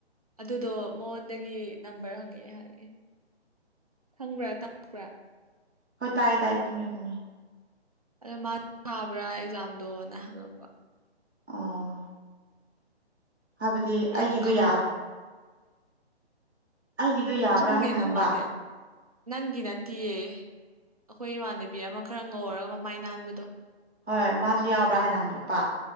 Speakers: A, on the right; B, on the right.
A: ꯑꯗꯨꯗꯣ ꯃꯉꯣꯟꯗꯒꯤ ꯅꯝꯕꯔ ꯍꯪꯉꯛꯑꯦ ꯍꯥꯏ ꯈꯪꯕ꯭ꯔꯥ ꯇꯥꯕ꯭ꯔꯥ
B: ꯍꯣꯏ ꯇꯥꯏꯌꯦ ꯇꯥꯏꯌꯦ ꯈꯪꯉꯦ ꯈꯪꯉꯦ
A: ꯑꯗꯣ ꯃꯥ ꯊꯥꯕ꯭ꯔꯥ ꯑꯦꯛꯖꯥꯝꯗꯣꯅ ꯍꯪꯉꯛꯄ
B: ꯑꯥ ꯍꯥꯏꯕꯗꯤ
A: ꯑꯩꯅ
B: ꯑꯩꯒꯤꯗꯣ ꯌꯥꯋ ꯑꯩꯒꯤꯗꯣ ꯌꯥꯕ꯭ꯔꯥ
A: ꯆꯨꯝꯗꯦꯅ
B: ꯍꯥꯏꯅ ꯍꯪꯕ
A: ꯃꯥꯗꯤꯦ ꯅꯪꯒꯤ ꯅꯠꯇꯤꯌꯦ ꯑꯩꯈꯣꯏ ꯏꯃꯥꯟꯅꯕꯤ ꯑꯃ ꯈꯔ ꯉꯧꯔꯒ ꯃꯃꯥꯏ ꯅꯥꯟꯕꯗꯣ
B: ꯍꯣꯏ ꯃꯥꯁꯨ ꯌꯥꯎꯕ꯭ꯔꯥ ꯍꯥꯏꯅ ꯍꯪꯉꯛꯄ